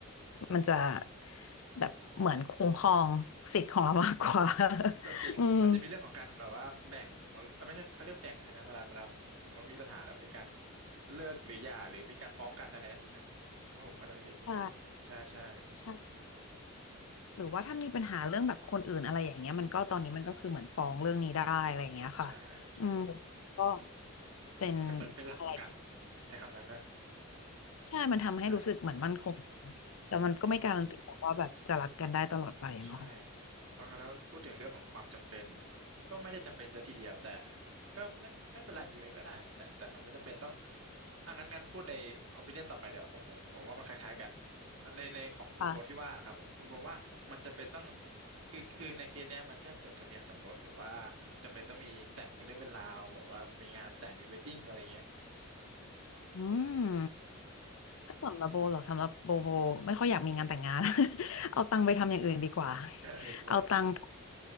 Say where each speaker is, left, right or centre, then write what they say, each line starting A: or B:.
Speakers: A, on the left; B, on the right.
A: มันจะแบบเหมือนคุ้มครองสิทธิ์ของเรามากกว่า <laughs>
B: ก็จริงมันจะมีเรื่องของการแบบว่าแบ่งมรเอ้ยไม่ใช่เขาเรียกแบ่งใช่ไหมเวลาเวลาสมมติว่ามีปัญหาแล้วมีการ
A: อืม
B: เลิกหรือหย่าหรือมีการฟ้องกันอะไรนะถูกไหมว่าผมก็จะไม่ผิด
A: ใช่
B: ใช่ใช่
A: ใช่หรือว่าถ้ามีปัญหาเรื่องแบบคนอื่นอะไรอย่างเงี้ยมันก็ตอนนี้มันก็คือเหมือนฟ้องเรื่องนี้ได้อะไรอย่างเงี้ยค่ะ
B: ใช่ใช่
A: อืมก็
B: อืมมันก็เป็นเป็นหลักประกัน
A: เป็นอะไรที่
B: ใช้คำนั้นนะ
A: ใช่ มันทำให้รู้สึกเหมือนมั่นคง
B: ใช่อืม
A: แต่มันก็ไม่การันตีหรอกว่าแบบจะรักกันได้ตลอดไปเนาะ
B: ใช่เพราะงั้นแล้วพูดถึงเรื่องของความจำเป็นก็ไม่ได้จำเป็นซะทีเดียวแต่ก็ไม่ไม่เป็นไรมีไว้ก็ได้แต่แต่มันไม่จำเป็นต้องอ่ะงั้นงั้นพูดใน opinion ต่อไปเดี๋ยวผมผมผมว่ามันคล้ายๆกันในในของคุณโบที่ว่าครับผมคุณโบว่ามันจำเป็นต้อง
A: ค่ะ
B: คือคือในเคสเนี้ยมันแค่จดทะเบียนสมรสหรือว่าจำเป็นต้องมีแต่งเป็นเรื่องเป็นราวแบบว่ามีงานแต่งมีเวดดิ้งอะไรเงี้ย
A: อืม
B: อืม <laughs>
A: ถ้าสำหรับโบเหรอสำหรับโบโบไม่ค่อยอยากมีงานแต่งงาน <laughs> เอาตังค์ไปทำอย่างอื่นดีกว่า
B: เออเห็นด้วยครับ
A: เอาตังค์